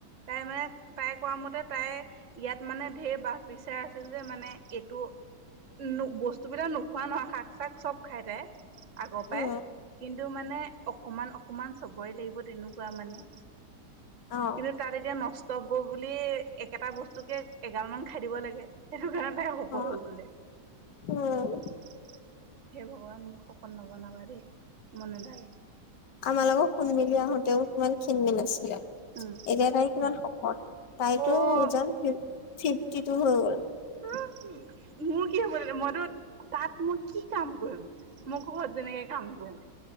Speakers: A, on the right; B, on the left.
A: তাই মানে তাই কোৱা মতে তাই ইয়াত মানে ধেৰ বাছ বিচাৰ আছিল যে মানে এইটো নো বস্তুবিলাক নোখোৱা নহয় শাক চাক চব খাই তাই আগৰ পাই
B: উম
A: কিন্তু মানে অকমান অকমান চবৰে লাগিব তেনেকুৱা মানে
B: অহ
A: কিন্তু তাত এতিয়া নষ্ট হব বুলিয়ে একেটা বস্তুকে এগাল মান খাই দিব লাগে সেইটো কাৰণতে শকত
B: অ
A: হ'ল বোলে। চিৰি
B: উম
A: চিৰি সেই ভগৱান মোক শকত নবনাবা দেই মন নেযায়।
B: আমাৰ লগত শুন মেলি আহোঁতেও কিমান খীন মিন আছিলে।
A: উম
B: চিক এতিয়া তাই কিমান শকত তাইতটো
A: অ
B: ওজন ফি ফিফটি টু হৈ গ'ল।
A: আ আ উম মোৰ কি হবলে মইতো তাত মই কি কাম কৰিম? মোৰ ঘৰত যেনেকে কাম কৰোঁ।